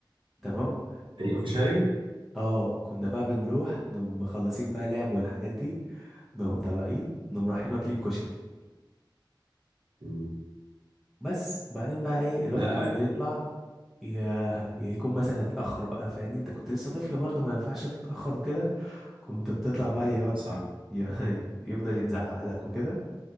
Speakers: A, in the centre; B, on the right.
A: تمام
B: الكشري
A: اه كنا بقى بنروح نقوم مخلصين بقى لعب والحاجات دي نقوم طالعين نقوم رايحين واكلين كشري
B: مم.
A: بس وبعدين بقى ايه الواحد
B: لا
A: كان
B: أيوة.
A: بيطلع يا- يكون مثلا اتأخر بقى فاهمني انت كنت لسه طفل برضه ما ينفعش تتأخر وكده كنت بتطلع بقى يقعد
B: صح
A: ي- <laughs> يفضل يتزعق لك وكده